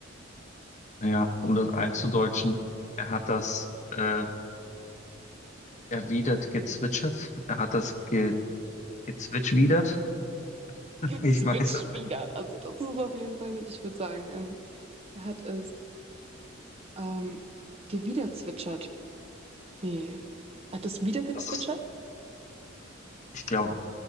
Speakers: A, on the left; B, on the right.
A: ja, um das einzudeutschen, er hat das äh, erwidert gezwitschert, er hat das ge gezwitschwidert. <laughs>
B: Gezwitscht
A: Ich weiß es
B: wieder.
A: nicht.
B: Also das ist auf jeden Fall nicht. Ich würde sagen, ähm, er hat es ähm, gewiederzwitschert. Nee. Hat es wieder gezwitschert?
A: Das ist, ich glaube,